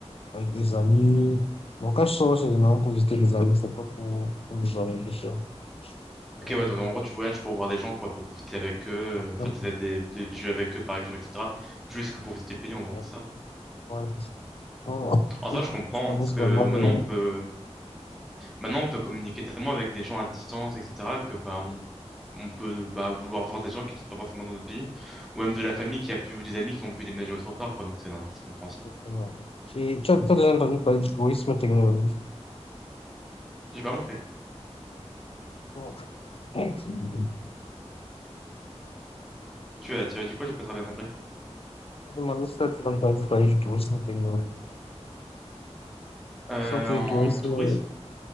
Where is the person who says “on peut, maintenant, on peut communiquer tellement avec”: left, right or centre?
Centre